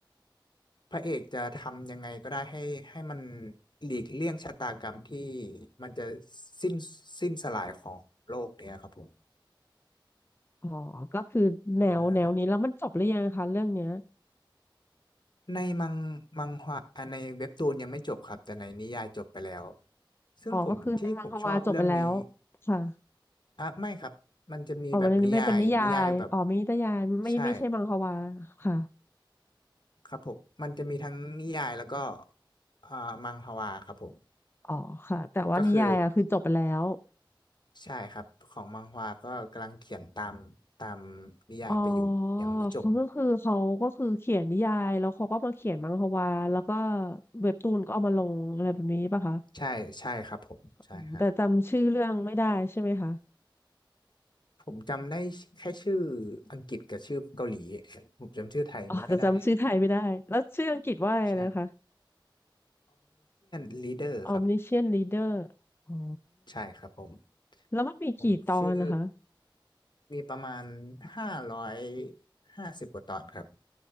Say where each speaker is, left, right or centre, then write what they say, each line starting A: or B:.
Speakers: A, on the left (about 60°); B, on the left (about 25°).
A: พระเอกจะทำยังไงก็ได้ให้ให้มันหลีกเลี่ยงชะตากรรมที่มันจะสิ้นสิ้นสลายของโลกเนี่ยครับผม
B: อ๋อก็คือแนวแนวนี้แล้วมันจบหรือยังคะเรื่องเนี้ย
A: อ่าในมังมังฮวาอ่าในเว็บตูนยังไม่จบครับแต่ในนิยายจบไปแล้วซึ่งผมที่ผมชอบเรื่องนี้
B: อ๋อก็คือในมังฮวาจบไปแล้วค่ะ
A: อ่ะไม่ครับมันจะมีแบบนิยายนิยายแบบ
B: อ๋อมันเป็นเป็นนิยายอ๋อมีนิยายไม่ไม่ใช่มังฮวาค่ะ
A: ใช่ครับผมมันจะมีทั้งนิยายแล้วก็อ่ามังฮวาครับผม
B: อ๋อค่ะแต่ว่านิยายอะคือจบไปแล้ว
A: ก็คือ ใช่ครับของมังฮวาก็กำลังเขียนตามตามนิยายไปอยู่ยังไม่จบ
B: อ๋อเขาก็คือเขาก็คือเขียนนิยายแล้วเขาก็มาเขียนมังฮวาแล้วก็เว็บตูนก็เอามาลงอะไรแบบนี้ป่ะคะ
A: ใช่ใช่ครับผมใช่ฮะ
B: อืมแต่จำชื่อเรื่องไม่ได้ใช่ไหมคะ
A: ผมจำได้แค่ชื่ออังกฤษกับชื่อเกาหลีผมจำชื่อไทยไม่ค่อยได้
B: อ๋อจะจำชื่อไทยไม่ได้แล้วชื่ออังกฤษว่าอะไรนะคะ
A: <laughs> ใช่ Omniscient Reader ครับ
B: Omniscient Reader อ๋อ
A: ใช่ครับผม
B: แล้วมันมีกี่ตอนนะคะ
A: ผมชื่อมีประมาณห้าร้อยห้าสิบกว่าตอนครับ